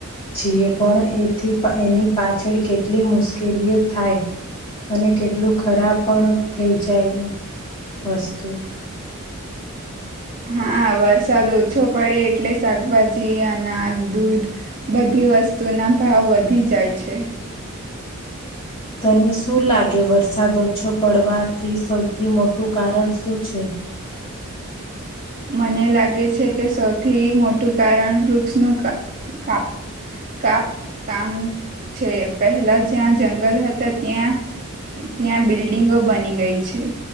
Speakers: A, on the left (about 25°); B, on the right (about 40°).
A: છીએ પણ એથી એની પાછળ કેટલી મુશ્કેલીઓ થાય અને કેટલું ખરાબ પણ થઈ જાય વસ્તુ
B: હા વરસાદ ઓછો પડે એટલે શાકભાજી અનાજ દૂધ બધી વસ્તુના ભાવ વધી જાય છે
A: તને શું લાગે વરસાદ ઓછો પડવાથી સૌથી મોટું કારણ શું છે <inaudible>
B: મને લાગે છે કે સૌથી મોટું કારણ વૃક્ષનું કાપ કાપ કામ છે પહેલા જ્યાં જંગલ હતા ત્યાં ત્યાં બિલ્ડિંગો બની ગઈ છે